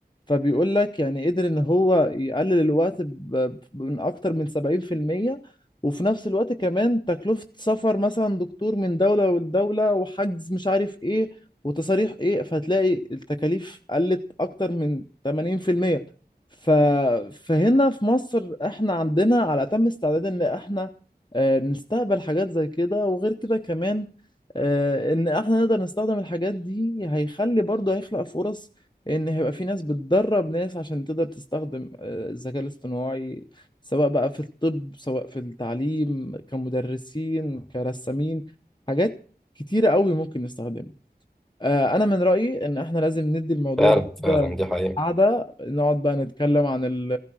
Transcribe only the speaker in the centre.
فعلا
فعلا دي حقيقة